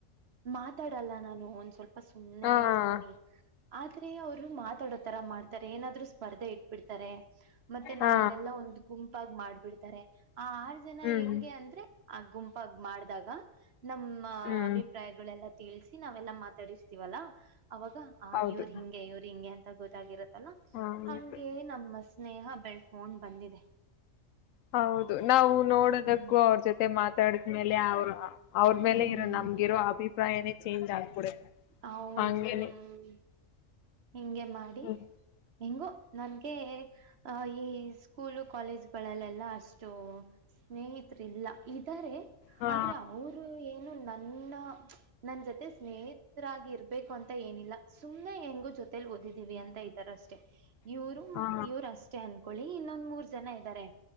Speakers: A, on the right (about 60°); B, on the left (about 80°).
A: ಮಾತಾಡಲ್ಲ ನಾನು ಒಂದ ಸ್ವಲ್ಪ ತಪ ಸುಮ್ಮನೆನೆ
B: ಹ
A: ಇರ್ತೀನಿ ಆದ್ರೆ ಅವರು ಮಾತಾಡೋತರ ಮಾಡ್ತಾರೆ ಏನಾದ್ರರು ಸ್ಪರ್ಧೆ ಇಟ್ಬಿಡ್ತಾರೆ ಮತ್ತೆ
B: ಹಾ
A: ನಮ್ಮನೆೆಲ್ಲ ಒಂದು ಗುಂಪ ಗ ಮಾಡ್ಬಿಡ್ತಾರೆ ಆ ಆರು ಜನ
B: ಹ್ಮ್
A: ಹೆಂಗೆ ಅಂದ್ರೆ ಆ ಗುಂಪ ಮಾಡಿದಾಗ ನಮ್ಮ
B: ಹ್ಮ್
A: ಅಭಿಪ್ರಾಯಗಳೆಲ್ಲ ತಿಳಸಿ ನಾವೆಲ್ಲಾ ಮಾತಾಡವಿ ವಲ್ಲ ಅವಾಗ
B: ಹೌದು
A: ಇವ ಹಿಂಗೆ ಇವ್ರು ಹಿಂಗೆ ಅಂತ ಗೊತ್ತಾಗುತ್ತೆ <inaudible>
B: ಹೌದು
A: ಅಂಗೆ ನಮ್ಮಸ್ ಸ್ನೇಹ ಬೆಳ್ಕೊಂಡ್ ಬಂದಿದೆ
B: ಹೌದು ನಾವು ನೋಡೋದಕ್ಕೂ
A: ಹ್ಮ್
B: ಅವ್ರ ಜೊತೆ ಮಾತ ತಡ್ಕ ಮೇಲೆ ಅವ್ರ ಅವ್ರ
A: ಹ್ಮ್
B: ಮೇಲೆ ಇರೋ ನಮಗಿರೋ ಅಭಿಪ್ರಾಯ ಏನ ಚೇಂಜ್ ಆಗ್ಬಿಡ
A: ಹೌದು
B: ಹಂಗೇನೆ
A: ಹ್ಮ್ ಹಿಂಗೆ ಮಾಡಿ-
B: ಹ್ಮ
A: ಹೆಂಗೋ ನನ್ಗೆ ಅಹ ಈ ಸ್ಕೂಲು ಕಾಲೇಜು ಗಳಲ್ಲೆ ಎಲ್ಲ ಅಷ್ಟು ಸ್ನೇಹಿತರಿಲ್ಲ. ಇದ್ದಾರೆ
B: ಹಾ
A: ಆದ್ರೆ ಅವರು ಏನು ನನ್ನ ನನ್ನ ಜೊತೆ ಸ್ನೇಹಿತರಾಗಿ ಇರ್ಬೇಕು ಅಂತ ಏನಿಲ್ಲ ಸುಮ್ಮನೆ ಹೆಂಗು ಜೊತೆೇಲಿ ಓದಿದ್ದೀವಿ ಅಂತ ಇದ್ದಾರ ಅಷ್ಟೇ- ಇವರು
B: ಹಾ
A: ಇವರು ಅಷ್ಟೇ ಅನ್ಕೊಳ್ಳಿ. ಇನ್ನೊಂದ್ ಮೂರ್ ಜನ ಇದ್ದಾರೆ.